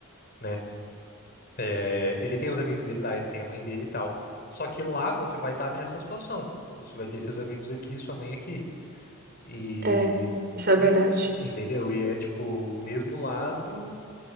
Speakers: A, on the left; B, on the right.
A: né? É, ele tem os amigos dele lá, ele tem a mãe dele e tal. Só que lá você vai estar nessa situação. Você vai ter seus amigos aqui, sua mãe aqui. E,
B: é, isso é
A: e-
B: verdade.
A: entendeu? E é tipo, mesmo lado,